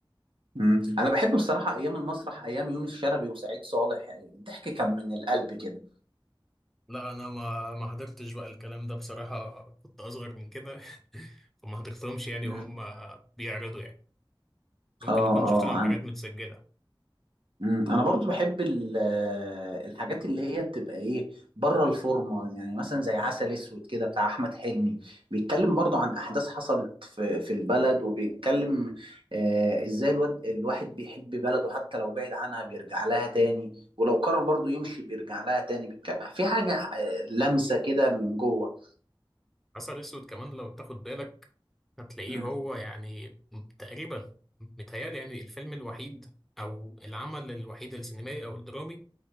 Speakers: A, on the right; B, in the centre.
A: مم. أنا بحب بصراحة أيام المسرح أيام يونس شلبي وسعيد صالح يعني الضحك كان من القلب كده
B: لا انا ما ما حضرتش بقى الكلام ده بصراحه كنت اصغر من كده <laughs> فما حضرتهمش يعني
A: مم.
B: وهم بيعرضوا يعني ممكن
A: آه
B: اكون
A: آه
B: شفت لهم حاجات متسجله
A: مم. انا برضو بحب ال- آه، الحاجات اللي هي بتبقى ايه بره الفورمه يعني مثلا زي عسل اسود كده بتاع احمد حلمي بيتكلم برضو عن احداث حصلت في في البلد وبيتكلم آه ازاي الواد الواحد بيحب بلده حتى لو بعيد عنها بيرجع لها تاني ولو قرر برضو يمشي بيرجع لها تاني بيتك- في حاجه آه، لمسه كده من جوه
B: عسل اسود كمان لو تاخد بالك هتلاقيه
A: مم.
B: هو يعني تقريبا متهيألي يعني الفيلم الوحيد او العمل الوحيد السينمائي او الدرامي